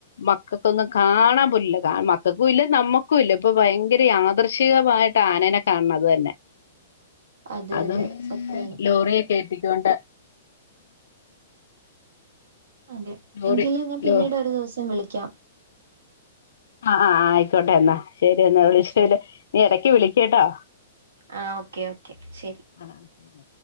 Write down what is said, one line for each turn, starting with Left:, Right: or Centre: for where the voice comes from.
Left: മക്കൾക്കൊന്നും കാണാൻ പോലില്ല മക്കൾക്കും ഇല്ല നമ്മക്കും ഇല്ല ഇപ്പ ഭയങ്കര യാദ ഷികമായിട്ട ആനേനെ കാണണത് തന്നെ.
Right: അതെ
Left: അതും
Right: അതെ സത്യാണ്
Left: ലോറിയേ കേറ്റിക്കൊണ്ട്.
Right: അതെ
Left: ലോറി
Right: എങ്കില് ഞാൻ പിന്നീട്
Left: ലോ
Right: ഒരു ദിവസം വിളിക്കാം.
Left: ആഹ് ആഹ് ആയിക്കോട്ടെ എന്നാ ശരി എന്നാ വിളിച്ചതില്
Right: ശരി
Left: നീ എടക്ക് വിളിക്ക്ട്ടോ?
Right: ആഹ് ഓക്കെ ഓക്കെ ശരി
Left: ആ ആ ശരി